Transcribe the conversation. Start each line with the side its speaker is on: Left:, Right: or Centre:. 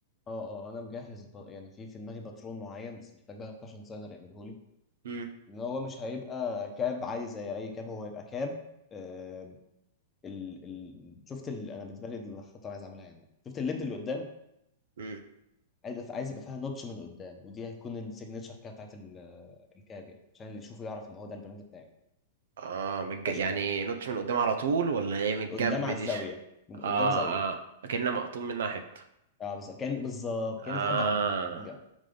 Left: اه اه انا مجهز ب... يعني في في دماغي باترون معين بس محتاج بقى فاشن ديزاينر يعمله لي
Right: امم
Left: ان هو مش هيبقى كاب عادي زي اي كاب هو هيبقى كاب آه ال... ال... شفت ال... انا بالنسبه لي دي الخطه اللي عايز اعملها هنا شفت الليد اللي قدام
Right: امم
Left: عايز عايز يبقى فيها نوتش من قدام ودي هتكون السيجنتشر كده بتاعت ال- الكاب يعني عشان اللي يشوفه يعرف ان هو ده البراند بتاعي
Right: اه متج...
Left: مفيهاش
Right: يعني
Left: كلام
Right: نوتش من قدام على طول ولا ايه من الجنب
Left: من قدام على
Right: دي؟
Left: الزاويه من
Right: اه
Left: قدام زاويه
Right: اه اكنها مقطوم منها حتة
Left: اه بالظبط كان بالظبط
Right: اه
Left: كان في حد عضه جنب